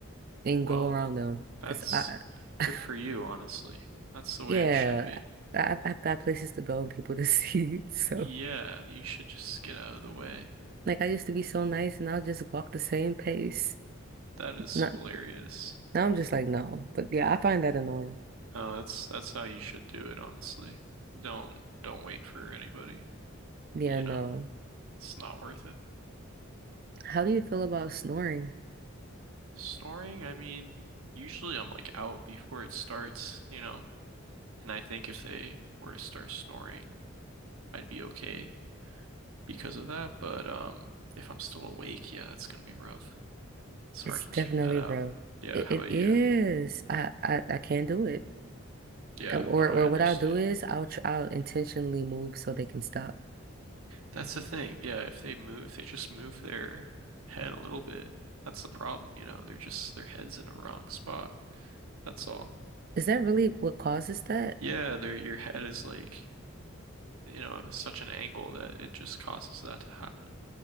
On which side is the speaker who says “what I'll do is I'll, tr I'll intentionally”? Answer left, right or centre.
Right